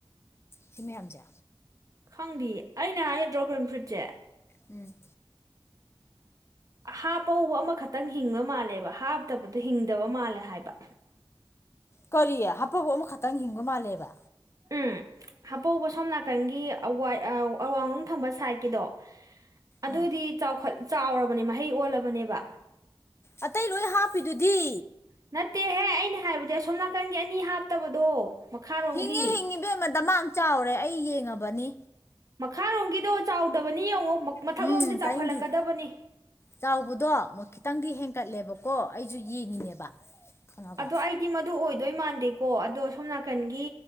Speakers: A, on the left (about 25°); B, on the right (about 40°).
A: ꯁꯤ ꯃꯌꯥꯝꯁꯦ
B: ꯈꯪꯗꯦ ꯑꯩꯅ ꯍꯥꯏ ꯗ꯭ꯔꯣꯒꯟ ꯐ꯭ꯔꯨꯏꯠꯁꯦ
A: ꯎꯝ
B: ꯍꯥꯞꯄꯧꯕ ꯑꯃꯈꯛꯇꯪ ꯍꯤꯡꯕ ꯃꯥꯜꯂꯦꯕ ꯍꯥꯞꯇꯕꯗ ꯍꯤꯡꯗꯕ ꯃꯥꯜꯂꯦ ꯍꯥꯏꯕ
A: ꯀꯔꯤꯌꯦ ꯍꯥꯞꯐꯕ ꯑꯃꯈꯛꯇꯪ ꯍꯤꯡꯕ ꯃꯥꯜꯂꯦꯕ
B: ꯎꯝ ꯍꯥꯄꯧꯕ ꯁꯣꯝ ꯅꯥꯀꯟꯒꯤ ꯑꯋꯥꯡꯂꯣꯡ ꯊꯪꯕ ꯁꯥꯏꯠꯀꯤꯗꯣ ꯑꯗꯨꯗꯤ
A: ꯑꯥ
B: ꯆꯥꯎꯈ ꯆꯥꯎꯔꯕꯅꯦ ꯃꯍꯩ ꯑꯣꯜꯂꯕꯅꯦꯕ
A: ꯑꯇꯩ ꯂꯣꯏ ꯍꯥꯞꯄꯤꯗꯨꯗꯤ
B: ꯅꯠꯇꯦꯍꯦ ꯑꯩꯅ ꯍꯥꯏꯕꯗꯤ ꯑꯁꯣꯝ ꯅꯥꯀꯟꯒꯤ ꯑꯅꯤ ꯍꯥꯞꯇꯕꯗꯣ ꯃꯈꯥꯔꯣꯝꯒꯤ
A: ꯍꯤꯡꯉꯤ ꯍꯤꯡꯉꯤꯕꯦꯝꯃꯗ ꯆꯥꯎꯔꯦ ꯑꯩ ꯌꯦꯡꯉꯕꯅꯤ
B: ꯃꯈꯥꯔꯣꯝꯒꯤꯗꯣ ꯆꯥꯎꯗꯕꯅꯤ ꯌꯦꯡꯉꯣ ꯃꯊꯛꯂꯣꯝꯗ
A: ꯎꯝ
B: ꯆꯥꯎꯈꯠꯂꯛꯀꯗꯕꯅꯤ
A: ꯇꯥꯏꯅꯤꯡꯗꯦ ꯆꯥꯎꯕꯗꯣ ꯈꯤꯇꯪꯗꯤ ꯍꯦꯟꯀꯠꯂꯦꯕꯀꯣ ꯑꯩꯁꯨ ꯌꯦꯡꯉꯤꯅꯦꯕ ꯈꯪꯉꯕ
B: ꯑꯗꯣ ꯑꯩꯗꯤ ꯃꯗꯨ ꯑꯣꯏꯗꯣꯏ ꯃꯥꯟꯗꯦꯀꯣ ꯑꯗꯣ ꯁꯣꯝ ꯅꯥꯀꯟꯒꯤ